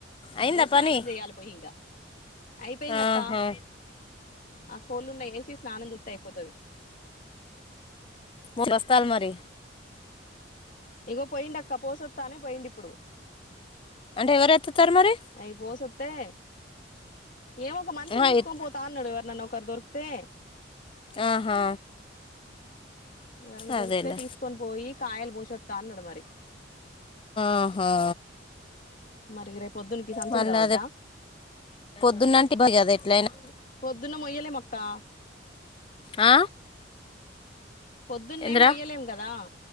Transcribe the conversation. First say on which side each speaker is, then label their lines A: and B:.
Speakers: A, on the left (about 25°); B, on the left (about 45°).
A: అయిందా
B: ఇగో స్నానం
A: పని
B: చేయాలి పోయి ఇంకా అయిపోయిందక్క
A: ఆహా
B: ఆ కోళ్ళున్న వేసి స్నానం చెత్త అయిపోతది
A: మ బస్తాల మరి
B: ఇగో పోయిండక్క పోస తనే పోయిండుపుడు
A: అంటే ఎవరు ఎత్తుతారు మరి
B: అయి పోస తే ఏమొ ఒక మనిషిని
A: ఆ,
B: తీసుకొని
A: ఎత్-
B: పోతా అన్నాడు ఎవరు నన్ను ఒకరు దొరికితే
A: ఆహా
B: ఎవరనా
A: అదేలే
B: దొరికితే తీసుకొని పోయి కాయలు కొషస్తా అన్నాడు మరి
A: ఆహా
B: మరి రేపు పొద్దునికి సంచులు
A: మళ్ళీ
B: కావద్దా
A: అదే పొద్దున్నంటే ఇబ్బంది కదా ఎట్లయినా
B: పొద్దున్న మొయ్యలే మక్కా
A: ఆ
B: పొద్దున్నే
A: ఎంద్రా
B: మొయ్యలేం కదా